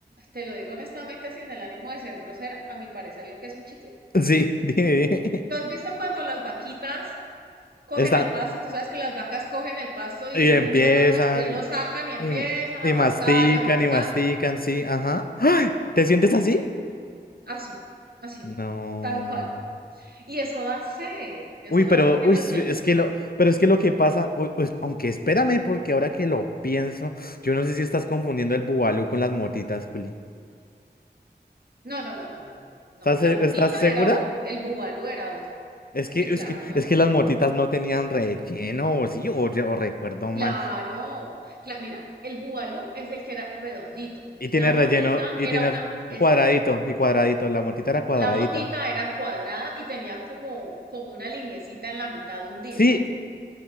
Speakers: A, on the right; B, on the left.
A: te lo digo honestamente, sin el ánimo de ser grosera, a mi parecer lo que es un chicle.
B: Sí, <laughs> dime, dime.
A: ¿Tú has visto cuando las vaquitas cogen
B: Están,
A: el pasto y tú sabes que las vacas cogen el pasto y
B: y empiezan,
A: mucho rato después lo
B: y,
A: sacan y empiezan
B: y- y
A: a
B: mastican,
A: mascar y a mascar?
B: y mastican, sí, ajá. ¡Ay! ¿Te sientes así?
A: Así, así,
B: No.
A: tal cual. Y eso da sed,
B: Uy,
A: eso
B: pero,
A: da sed. Mientras
B: uy, es
A: que,
B: es que lo, pero es que lo que pasa, uy, pues, aunque espérame, porque ahora que lo pienso, yo no sé si estás confundiendo el bubalú con las motitas, Juli.
A: no, no, no, no, no, no. No,
B: ¿Estás,
A: la
B: se-
A: motita
B: estás segura?
A: era uno, el bubalú era otro.
B: Es
A: Sí,
B: que,
A: claro.
B: es que, es que las motitas no tenían relleno, o sí, o, yo- o recuerdo mal.
A: Claro, cla- mira, el bubalú es el que era redondito.
B: Y tiene
A: La motita
B: relleno, y
A: era
B: tiene
A: una,
B: cuadradito,
A: esa,
B: y cuadradito, la motita era cuadradita.
A: la motita era cuadrada y tenía como, como una liniecita en la mitad hundida.
B: Sí,